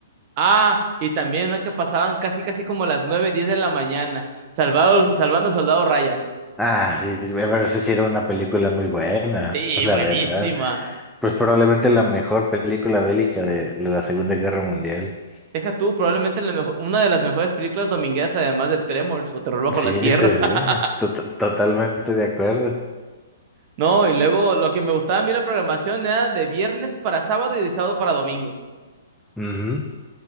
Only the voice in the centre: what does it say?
Ah, sí, pero esa sí era una película muy buena,
<laughs> la
verdad. Pues probablemente la mejor película bélica de, de la Segunda Guerra Mundial.
Sí,
sí,
sí, tot- totalmente de acuerdo.
Ujú.